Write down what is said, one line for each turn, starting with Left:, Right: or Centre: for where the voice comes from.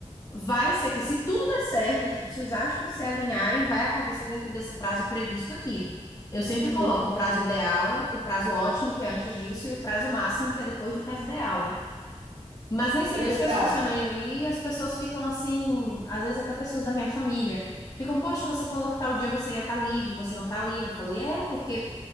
Left: vai ser que, se tudo der certo, tipo, se os astros se alinharem, vai acontecer dentro desse prazo previsto aqui. Eu sempre
Right: uhum.
Left: coloco o prazo ideal, o prazo ótimo, que é antes disso, e o prazo máximo, que é depois do prazo ideal, né? Mas nem sempre
Right: Três
Left: as coisas
Right: prazos.
Left: funcionam. E aí as pessoas ficam assim, às vezes até pessoas da minha família. Ficam, poxa, você falou que tal dia você ia estar livre, você não está livre. Eu falei, é, porque